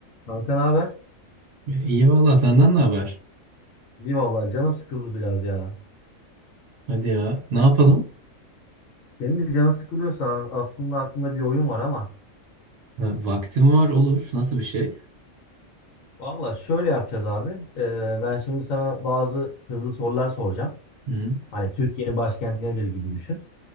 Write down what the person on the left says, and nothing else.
Kanka ne haber?
İyi vallahi canım sıkıldı biraz ya.
Senin de canın sıkılıyorsa aslında aklında bir oyun var ama
vallahi şöyle yapacağız abi. Ee, ben şimdi sana bazı hızlı sorular soracağım.
Hani Türkiye'nin başkenti nedir gibi düşün.